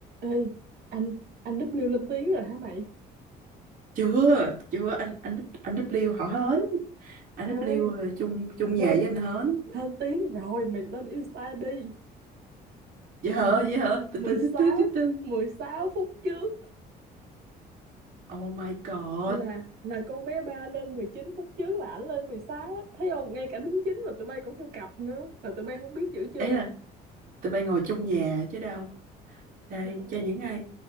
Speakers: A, on the right (about 75°); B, on the right (about 55°).
A: ê anh anh W lên tiếng rồi hả mày
B: chưa chưa anh anh anh W họ hến anh
A: ê
B: W là chung chung
A: lên
B: nhà với anh hến
A: lên tiếng rồi mày lên Insta đi
B: dễ hở dễ hở từ
A: mười
B: từ
A: sáu
B: từ từ từ từ
A: mười sáu phút trước
B: oh my god
A: là là con bé ba lên 19 phút trước là ảnh lên 16 á thấy không ngay cả đính chính mà tụi bay cũng theo cặp nữa mà tụi bay không biết chữ chưa
B: ấy là tụi bay ngồi chung nhà chứ đâu đây
A: trời
B: cho những ai